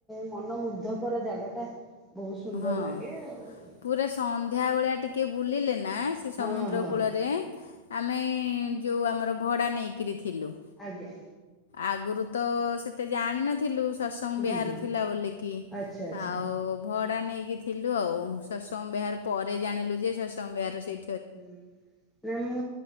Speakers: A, in the centre; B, on the left.
A: ମନମୁଗ୍ଧ ର ଜାଗା ଟା ବହୁତ ସୁନ୍ଦର
B: ହଁ
A: ଲାଗେ ଆଉ।
B: ପୁରା ସନ୍ଧ୍ୟା ଭଳିଆ ଟିକିଏ ବୁଲିଲେ ନା ସେ ସମୁଦ୍ର
A: ହଁ ହଁ
B: କୂଳରେ ଆମେ ଯେଉଁ ଆମର ଭଡ଼ା ନେଇକରି ଥିଲୁ,
A: ଆଜ୍ଞା ଆଜ୍ଞା।
B: ଆଗରୁ ତ ସେତେ ଜାଣିନଥିଲୁ। ସ୍ୱା ସଙ୍ଗ
A: ହୁଁ
B: ବିହାର
A: ହୁଁ
B: ଥିଲା ବୋଲି କିି
A: ଆଚ୍ଛା ଆଚ୍ଛା
B: ଆଉ। ଭଡା ନେଇକି ଥିଲୁ ଆଉ ସତସଙ୍ଗ ବିହାର ପରେ ଜାଣିଲୁ ଯେ ସତ୍ସଙ୍ଗ ବିହାର ସେଇ
A: ହୁଁ ନା ମୁଁ